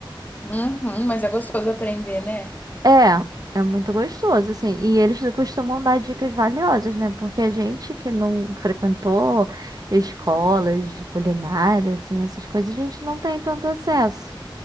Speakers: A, on the left; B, on the right.
A: Uhum, mas é gostoso aprender, né?
B: É, é muito gostoso, assim. E eles costumam dar dicas valiosas, né? Porque a gente que não frequentou escolas de culinária, assim, essas coisas, a gente não tem tanto acesso.